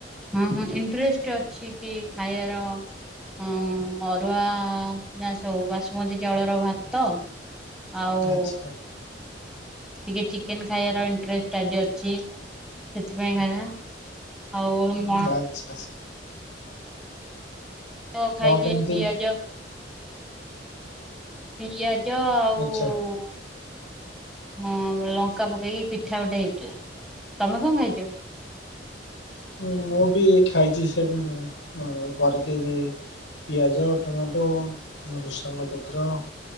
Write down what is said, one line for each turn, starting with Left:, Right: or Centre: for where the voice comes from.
Centre: ହଁ, ହଁ ଇଣ୍ଟରେଷ୍ଟ ଅଛି କି ଖାଇବାର। ହଁ ଅରୁଆ ନା ସବୁ ବାସୁମତୀ ଚାଉଳର ଭାତ ଆଉ
Left: ଆଚ୍ଛା
Centre: ଟିକେ ଚିକେନ୍ ଖାଇବାର ଇଣ୍ଟରେଷ୍ଟ ଟା ଆଜି ଅଛି ସେଥିପାଇଁ ହେଲା। ଆଉ ରୁମ
Left: <inaudible>
Centre: ତ ଖାଇକି
Left: କଣ କେମିତି
Centre: ଏ ପିଆଜ ପିଆଜ ଆଉ
Left: ଆଚ୍ଛା
Centre: ହଁ ଲଙ୍କା ପକେଇକି ପିଠା ଗୋଟେ ହେଇଥିଲା। ତୋମେ କଣ ଖାଇଚ?
Left: ମୁଁ ବି ଖାଇଚି ସେନ ଅ, କରିକିରି ପିଆଜ, ଟମାଟୋ, ଭୃସଙ୍ଗ ପତ୍ର